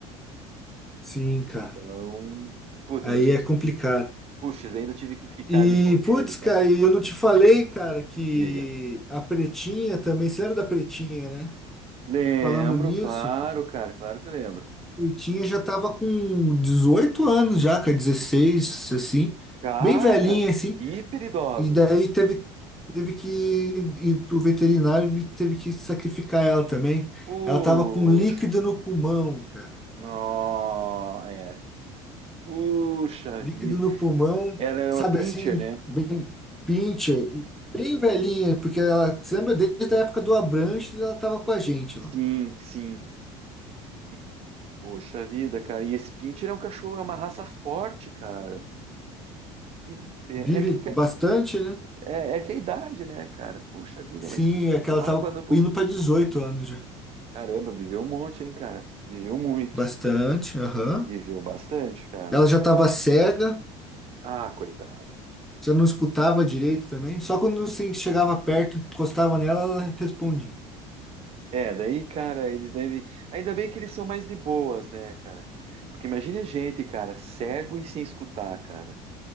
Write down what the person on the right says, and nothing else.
Então, puta,
ainda tive,
que-
puxa, ainda tive que ficar
ali com ele,
cara.
Diga.
Lembro,
claro, cara, claro que eu lembro.
Cara,
hiper idosa.
Puxa.
Nó, é. Puxa
vida.
Ela era
uma pincher,
né?
Sim, sim. E, puxa vida, cara. E esse pincher é um cachorro, é uma raça forte, cara. Que, pe-
é que
é, é que é a idade, né, cara? Puxa vida,
mas
água
no pão.
Caramba, viveu um monte, hein, cara? Viveu muito.
Viveu bastante, cara.
Ah, coitada.
É, daí, cara, eles devem. Ainda bem que eles são mais de boas, né, cara? Porque imagine a gente, cara, cego e sem escutar, cara.